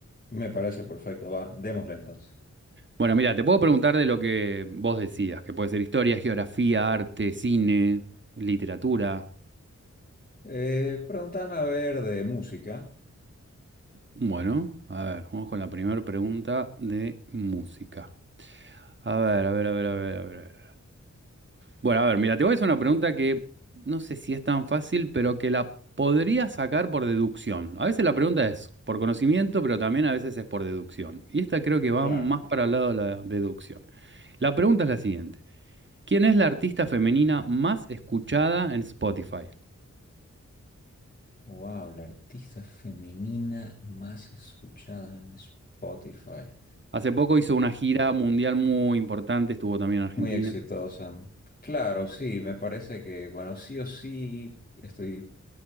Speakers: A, on the left (about 30°); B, on the right (about 40°).
A: Me parece perfecto. Va, démosle entonces.
B: Bueno, mira, te puedo preguntar de lo que vos decías, que puede ser historia, geografía, arte, cine, literatura.
A: Eh, pregúntame a ver de música.
B: Bueno, a ver, vamos con la primera pregunta de música. A ver, a ver, a ver, a ver, a ver. Bueno, a ver, mira, te voy a hacer una pregunta que no sé si es tan fácil, pero que la podría sacar por deducción. A veces la pregunta es por conocimiento, pero también a veces es por deducción. Y esta creo que va
A: Claro.
B: más para el lado de la deducción. La pregunta es la siguiente. ¿Quién es la artista femenina más escuchada en Spotify?
A: Wow, la artista femenina más escuchada en Spotify.
B: Hace poco hizo una gira mundial muy importante, estuvo también en Argentina.
A: Muy exitosa. Claro, sí, me parece que, bueno, sí o sí, estoy